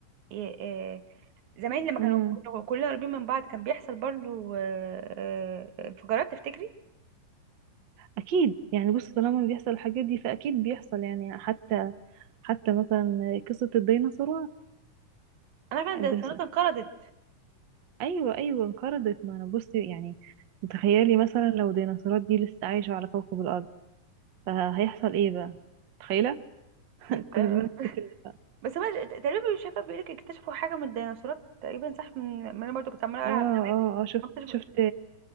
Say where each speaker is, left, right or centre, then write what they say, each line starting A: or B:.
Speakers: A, on the right; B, on the right.
A: آه، آه، زمان لما
B: امم
A: كانوا كنا- كلنا قريبين من بعض كان بيحصل برضو آه، آه، انفجارات تفتكري
B: أكيد يعني بصي طالما بيحصل الحاجات دي فأكيد بيحصل يعني حتى حتى مثلا قصة الديناصورات
A: انا عارفه ان
B: الدس-
A: الديناصورات انقرضت
B: أيوة أيوة انقرضت ما أنا بصي يعني تخيلي مثلا لو الديناصورات دي لسه عايشة على كوكب الأرض فهيحصل إيه بقى متخيلة
A: م-
B: كنا
A: آه،
B: زمان اتكلنا
A: بس هو تقريبا مش عارفه بيقول لك اكتشفوا حاجه من الديناصورات تقريبا صح من ما انا برضو كنت عماله اقرا
B: اه اه
A: على
B: اه شفت
A: اكتشفوا
B: شفت